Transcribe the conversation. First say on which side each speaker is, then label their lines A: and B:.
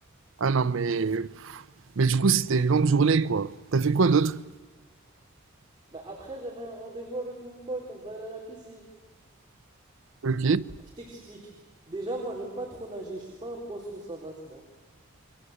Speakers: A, on the right; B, on the right.
A: Ah non, mais. Mais du coup, c'était une longue journée, quoi. T'as fait quoi d'autre?
B: Bah après, j'avais un rendez-vous avec mon pote, on devait aller à la piscine.
A: Ok.
B: Je t'explique. Déjà, moi, j'aime pas trop nager, je suis pas un poisson, ça race, moi.